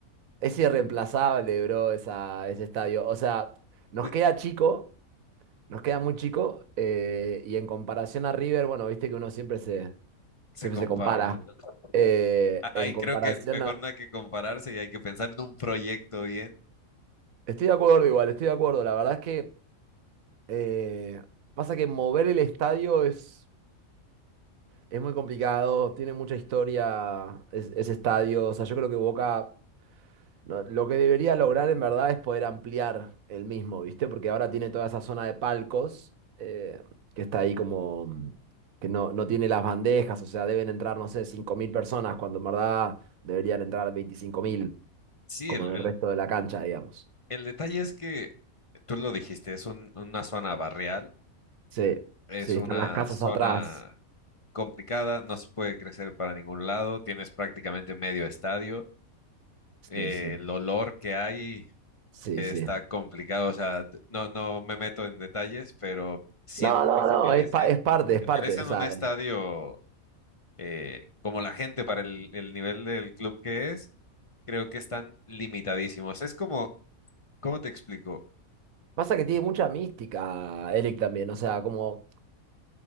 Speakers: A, on the right; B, on the left.
A: Es irreemplazable, bro, esa, ese estadio. O sea, nos
B: de-
A: queda chico, nos queda muy chico, eh, y en comparación a River, bueno, viste que uno siempre se,
B: se
A: siempre
B: comparan.
A: se compara.
B: ¿no?
A: Eh,
B: A-
A: en
B: Ahí
A: comparación
B: creo que mejor
A: a...
B: no hay que compararse y hay que pensar en un proyecto bien.
A: Estoy de acuerdo igual, estoy de acuerdo. La verdad es que eh, pasa que mover el estadio es, es muy complicado, tiene mucha historia es- ese estadio. O sea, yo creo que Boca no, lo que debería lograr en verdad es poder ampliar el mismo, ¿viste? Porque ahora tiene toda esa zona de palcos eh, que está ahí como... mm, que no, no tiene las bandejas, o sea, deben entrar, no sé, 5.000 personas cuando en verdad deberían entrar 25.000
B: Sí,
A: como
B: el,
A: en
B: el,
A: el resto de la cancha, digamos.
B: el detalle es que tú lo dijiste, es un- una zona barrial,
A: Sí,
B: es
A: sí,
B: una
A: están las casas
B: zona
A: atrás.
B: complicada, no se puede crecer para ningún lado, tienes prácticamente medio estadio, eh,
A: Sí, sí,
B: el olor que hay
A: sí,
B: eh,
A: sí.
B: está complicado, o sea, d- no, no me meto en detalles, pero siento
A: No, no,
B: que se
A: no,
B: merecen,
A: es, pa- es parte, es
B: se
A: parte.
B: merecen
A: O sea,
B: un estadio. eh, como la gente para el, el nivel del club que es, creo que están limitadísimos. Es como, ¿cómo te explico?
A: pasa que tiene mucha mística, Eric, también. O sea, como